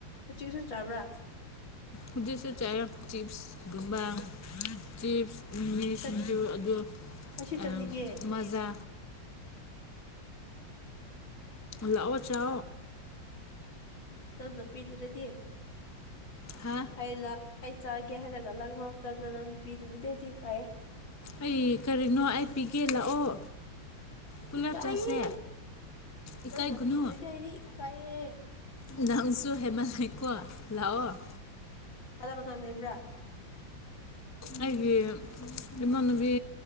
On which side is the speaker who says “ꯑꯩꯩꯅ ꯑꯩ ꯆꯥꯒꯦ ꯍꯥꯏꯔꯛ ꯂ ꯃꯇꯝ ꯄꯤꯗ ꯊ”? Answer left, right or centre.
Left